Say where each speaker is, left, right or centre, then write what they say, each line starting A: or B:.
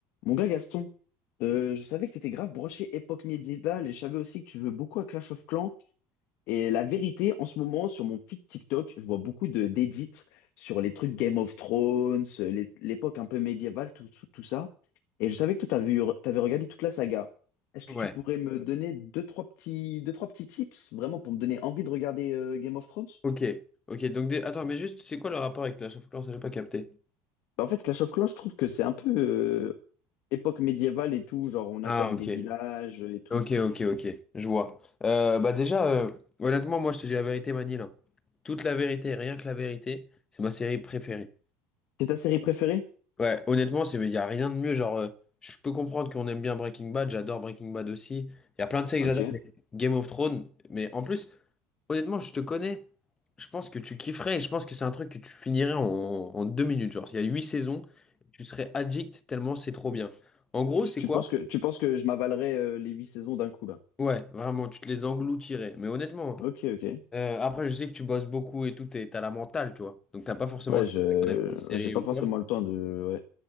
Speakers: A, on the left; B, on the left.
A: Mon gars Gaston, euh, je savais que t'étais grave broché époque médiévale et je savais aussi que tu jouais beaucoup à Clash of Clans. Et la vérité, en ce moment, sur mon feed TikTok, je vois beaucoup de d'edits sur les trucs Game of Thrones, euh, l'é- l'époque un peu médiévale, tout, tout, tout ça. Et je savais que toi, t'avais eu- t'avais regardé toute la saga. Est-ce que
B: Ouais.
A: tu pourrais me donner deux, trois petits, deux, trois petits tips, vraiment, pour me donner envie de regarder euh, Game of Thrones?
B: Ok. Ok. Donc, des- attends, mais juste, c'est quoi le rapport avec la of Clans? Je n'ai pas capté.
A: Bah, en fait, Clash of Clans, je trouve que c'est un peu euh, époque médiévale et tout, genre on
B: Ah,
A: attaque
B: ok.
A: des villages et tout.
B: Ok, ok, ok. Je vois. Euh, bah, déjà, euh, honnêtement, moi, je te dis la vérité, Manil. hein. Toute la vérité, rien que la vérité, c'est ma série préférée.
A: C'est ta série préférée?
B: Ouais, honnêtement, c'est, il n'y a rien de mieux. Genre, euh, je peux comprendre qu'on aime bien Breaking Bad. J'adore Breaking Bad aussi. Il y a plein de séries que
A: Ok.
B: j'adore. mais Game of Thrones. Mais en plus. Honnêtement, je te connais. Je pense que tu kifferais et je pense que c'est un truc que tu finirais en, en deux minutes. Genre, il y a huit saisons, tu serais addict tellement c'est trop bien. En gros,
A: Tu,
B: c'est
A: tu
B: quoi?
A: penses que, tu penses que je m'avalerais euh, les huit saisons d'un coup, là?
B: Ouais, vraiment, tu te les engloutirais. Mais honnêtement,
A: Ok, ok.
B: euh, après, je sais que tu bosses beaucoup et tout, et t'as la mentale, tu vois. Donc, t'as pas forcément
A: Ouais,
B: le
A: je,
B: temps de regarder plein de séries
A: ouais, j'ai pas
B: ou
A: forcément
B: quoi.
A: le temps de... Ouais.